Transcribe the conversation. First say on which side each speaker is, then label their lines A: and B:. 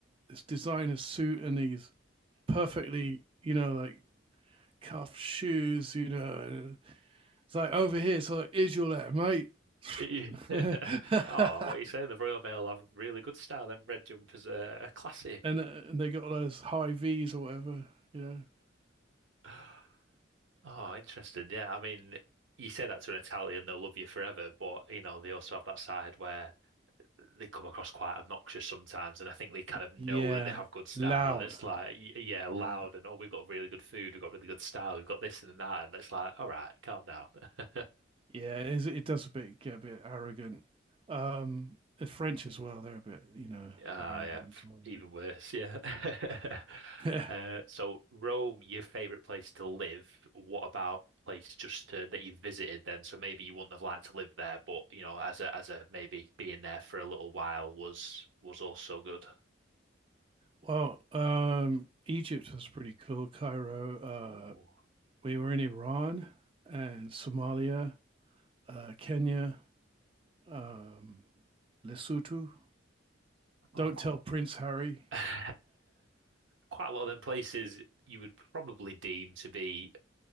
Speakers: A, on the right; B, on the right.
A: this designer suit and these perfectly, you know, like cuff shoes. You know, and it's like over here. It's like, is your letter, mate?
B: Yeah.
A: <laughs> and,
B: Oh,
A: uh,
B: what are you saying? The Royal Mail have really good style. Them red jumpers are, are classy.
A: and they got all those high V's or whatever. You know.
B: <laughs> Oh, interesting. Yeah, I mean, you say that to an Italian, they'll love you forever, but you know, they also have that side where they come across quite obnoxious sometimes, and I think they kind of know
A: Yeah,
B: that they have good style,
A: loud.
B: and it's like, y- yeah, loud,
A: Yeah.
B: and oh, we've got really good food, we've got really good style, we've got this and that, and it's like, all right, calm down. <laughs>
A: Yeah, it is, it does a bit get a bit arrogant. Um, the French as well, they're a bit, you know,
B: Ah,
A: arrogant
B: yeah,
A: as
B: f-
A: well. aren't
B: even worse, yeah. <laughs>
A: they? <laughs>
B: Uh,
A: Yeah.
B: so Rome, your favorite place to live. What about place just to, that you visited then? So maybe you wouldn't have liked to live there, but you know, as a as a maybe being there for a little while was was also good.
A: Well, um, Egypt was pretty cool. Cairo. Uh,
B: Oh,
A: we were in Iran and Somalia, uh, Kenya, um, Lesotho.
B: oh,
A: Don't
B: qu-
A: tell Prince Harry.
B: <laughs>
A: <laughs>
B: quite a lot of them places you would probably deem to be